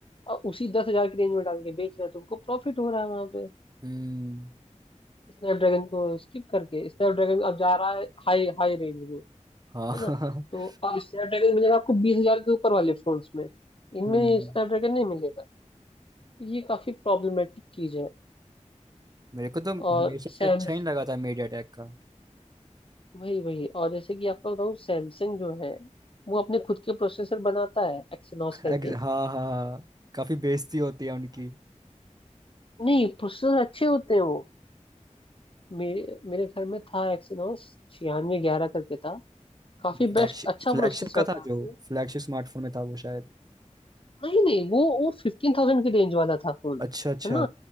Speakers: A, on the left (about 45°); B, on the right (about 30°).
A: और उसी दस हजार की रेंज में डाल के बेच रहे हैं तो उनको प्रॉफिट हो रहा है वहां पे
B: हम्म
A: स्नैपड्रैगन को स्किप करके स्नैपड्रैगन अब जा रहा है हाई हाई रेंज में
B: हाँ
A: है ना
B: <laughs>
A: तो अब स्नैपड्रैगन मिलेगा आपको बीस हजार के ऊपर वाले फोन्स में इनमें
B: हम्म
A: स्नैपड्रैगन नहीं मिलेगा तो ये काफी प्रॉब्लमेटिक चीज है
B: मेरे को तो
A: और
B: हमेशा
A: सैमसंग
B: से अच्छा ही लगा था मीडिया टेक का
A: वही वही और जैसे कि आपको बताऊँ सैमसंग जो है वो अपने खुद के प्रोसेसर बनाता है एक्सिनॉस करके
B: एग्ज- हाँ हाँ हाँ काफी बेइज्जती होती है उनकी
A: नहीं प्रोसेसर अच्छे होते हैं वो मेरे मेरे घर में था एक्सिनोस छियानवे ग्यारह करके था काफी
B: फ्लैगशिप
A: बेस्ट अच्छा
B: फ्लैगशिप
A: प्रोसेसर
B: का था
A: था
B: जो
A: उसमें।
B: फ्लैगशिप स्मार्टफोन में था वो शायद
A: नहीं नहीं वो वो फिफ्टीन थाउजेंड की रेंज वाला था फोन
B: अच्छा अच्छा
A: है ना